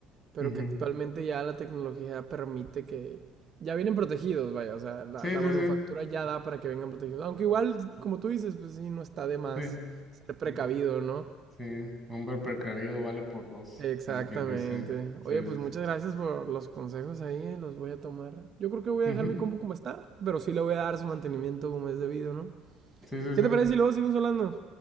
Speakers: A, on the right; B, in the centre.
A: Pero
B: ujú.
A: que actualmente ya la tecnología permite que... Ya vienen protegidos, vaya, o sea, la,
B: Sí,
A: la
B: sí,
A: manufactura
B: sí,
A: ya da para que vengan protegidos. Aunque igual, como tú dices, pues sí, no está de más
B: sí,
A: ser precavido,
B: sí,
A: ¿no?
B: sí. Hombre precavido vale por dos,
A: Exactamente.
B: como quien dice. Sí,
A: Oye, pues
B: sí,
A: muchas
B: sí.
A: gracias por los consejos ahí, eh, Los voy a tomar. Yo creo que voy
B: Ujú,
A: a dejar mi compu como está, pero sí le voy a dar su mantenimiento como es debido, ¿no?
B: Sí, sí,
A: ¿Qué
B: sí.
A: te parece si luego seguimos hablando?